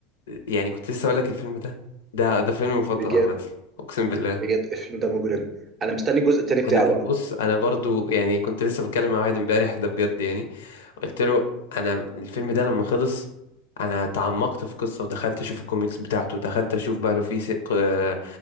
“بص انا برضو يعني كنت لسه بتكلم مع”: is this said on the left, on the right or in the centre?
Left